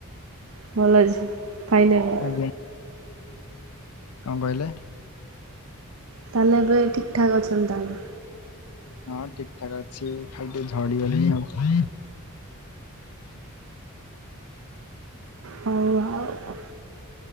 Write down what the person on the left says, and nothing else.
ଆଜ୍ଞା କଣ କହିଲେ?
ହଁ ଠିକ୍ ଠାକ୍ ଅଛି ଖାଲି ଟିକେ ଝଡ଼ି ଗଲିଣି ଆଉ।